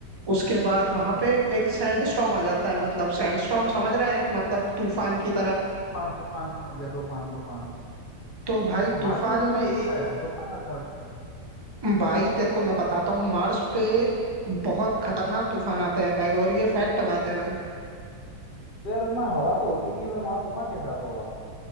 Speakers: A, on the right; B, on the left.
A: उसके बाद
B: अच्छा
A: वहां पे एक सैंडस्टॉर्म आ जाता है मतलब सैंडस्टॉर्म समझ रहा है एक मतलब तूफान की तरह
B: तूफान तूफान समझ गया तूफान तूफान
A: तो भाई तूफान
B: मार्स भी तूफान
A: में ए,
B: का है तूफान आता है उससे
A: भाई तेरे को मैं बताता हूँ मार्स पे बहुत खतरनाक तूफान आते हैं भाई और ये फैक्ट बात है भाई
B: तो यार उसमें हवा तो होती नहीं है मैं वहां तूफान कैसे आता होगा